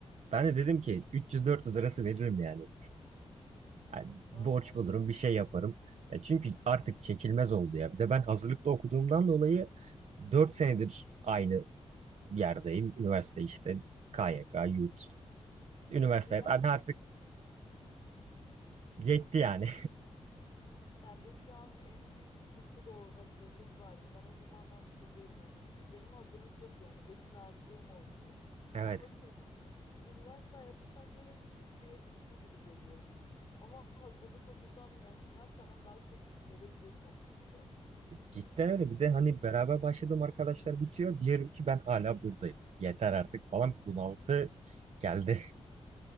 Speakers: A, on the right; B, on the left.
A: Ben de dedim ki 300-400 arası veririm yani. Yani
B: Vallahi.
A: borç bulurum, bir şey yaparım. Ya çünkü artık çekilmez oldu ya. Bir de ben hazırlıkta okuduğumdan dolayı 4 senedir aynı yerdeyim. Üniversite işte KYK, yurt, üniversite.
B: İnan
A: Hani
B: sen
A: artık yetti yani.
B: Sende şu an en büyük sıkıntı da o hazırlık vardı. Ben o zaman hatırlıyorum yani. Benim hazırlık yoktu yani. Benim rahatlığım oydu.
A: <laughs> Evet.
B: Anladın mı? Yani benim üniversite hayatım sanki böyle şıp diye bitti gibi geliyor. Ama hazırlık okusam yani inan senden daha kötü hissedebilirdim o konuda.
A: Cidden öyle. Bir de hani beraber başladığım arkadaşlar bitiyor. Diyelim ki ben hala buradayım. Yeter artık falan. bir Bunaltı geldi.